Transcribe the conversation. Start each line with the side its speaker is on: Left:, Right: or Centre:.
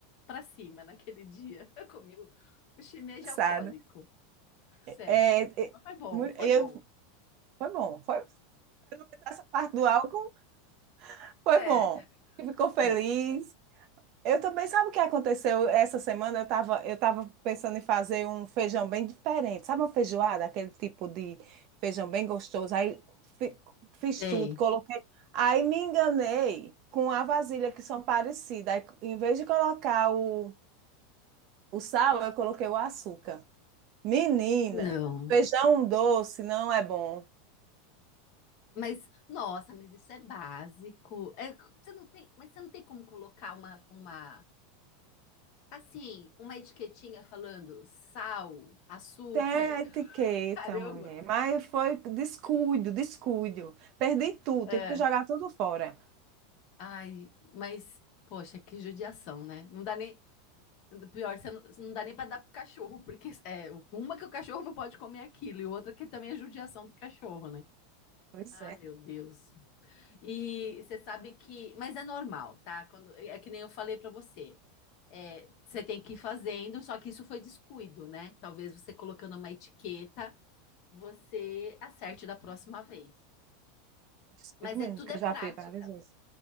Left: pra cima naquele dia. <laughs> Eu comi o, o shimeji
Right: <laughs> sabe?
Left: alcoólico, sério.
Right: É, é,
Left: Mas foi bom,
Right: mu-
Left: foi
Right: eu,
Left: bom.
Right: foi bom. Foi essa parte do álcool. Foi
Left: É,
Right: bom. Ficou feliz.
Left: é.
Right: Eu também, sabe o que aconteceu essa semana? Eu estava eu tava pensando em fazer um feijão bem diferente. Sabe uma feijoada? Aquele tipo de feijão bem gostoso. Aí fi- fiz
Left: Sei.
Right: tudo, coloquei. Aí me enganei com a vasilha, que são parecidas. Aí, em vez de colocar o, o sal, eu coloquei o açúcar. Menina,
Left: Não.
Right: feijão doce não é bom.
Left: Mas, nossa, mas isso é básico. É, você não tem, mas você não tem como colocar uma, uma, assim, uma etiquetinha falando sal, açúcar,
Right: Tem a
Left: <laughs>
Right: etiqueta,
Left: caramba.
Right: mulher. Mas foi descuido, descuido. Perdi tudo,
Left: É,
Right: tive que jogar tudo fora.
Left: ai, mas, poxa, que judiação, né? Não dá nem, pior, você não, não dá nem para dar pro cachorro, porque é uma que o cachorro não pode comer é aquilo e outra que também é judiação do cachorro, né?
Right: Pois
Left: Ah,
Right: é, é
Left: meu Deus. E você sabe que, mas é normal, tá? Quando é que nem eu falei para você. é, você tem que ir fazendo, só que isso foi descuido, né? Talvez você colocando uma etiqueta, você acerte da próxima vez.
Right: descuido
Left: Mas
Right: mesmo,
Left: é tudo
Right: que
Left: é
Right: eu
Left: prática,
Right: já fiz várias vezes.